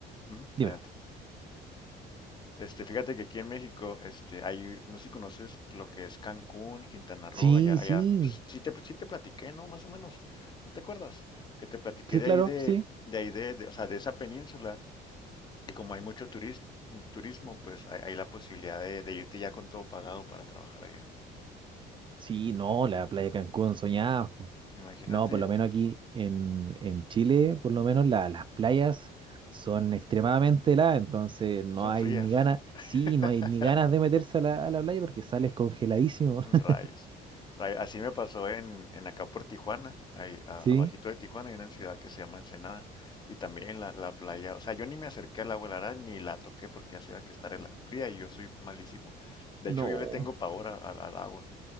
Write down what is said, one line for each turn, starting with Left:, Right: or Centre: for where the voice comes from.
Left: ujú,
Right: dime.
Left: adelante. Este, fíjate que aquí en México, este, hay, no sé si conoces lo que es Cancún, Quintana Roo,
Right: Sí,
Left: allá,
Right: sí,
Left: allá, pues, sí te, sí te platiqué, ¿no? Más o menos. ¿No te acuerdas? Que te platiqué
Right: sí,
Left: de
Right: claro,
Left: ahí de,
Right: sí.
Left: de ahí de, de- o sea, de esa península. Y como hay mucho turis- turismo, pues hay, hay la posibilidad de, de irte ya con todo pagado para trabajar allá.
Right: Sí, no, la playa de Cancún soñada.
Left: Imagínate,
Right: No, por lo menos aquí en, en Chile, por lo menos la- las playas son extremadamente heladas, entonces no
Left: Son
Right: hay
Left: frías.
Right: ni ganas,
Left: <laughs>
Right: sí, no hay ni ganas de meterse a la, a la playa porque sales congeladísimo. <laughs>
Left: Rayos. Ray- Así me pasó en, en acá por Tijuana, ahí a-
Right: ¿Sí?
Left: abajito de Tijuana hay una ciudad que se llama Ensenada y también la, la playa, o sea, yo ni me acerqué al agua helada ni la toqué porque ya sabía que estar fría y yo soy malísimo. De
Right: No.
Left: hecho, yo le tengo pavor a- a- al agua,